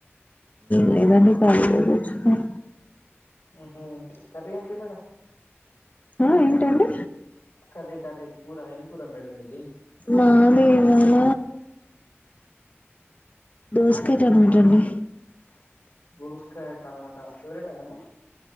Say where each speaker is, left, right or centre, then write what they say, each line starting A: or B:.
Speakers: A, on the left; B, on the left.
A: లేదండి కాళీగా కూర్చున్న.
B: ఊ హు కర్రీ ఎంటి మేడం
A: ఆ ఏంటండి
B: కర్రీ కర్రీ. కూర ఎం కూర మేడం మీది.
A: మాది ఇవాళ దోసకాయ టమాట అండి
B: దోసకాయ టమాటా ఫేవరేటా మేడం.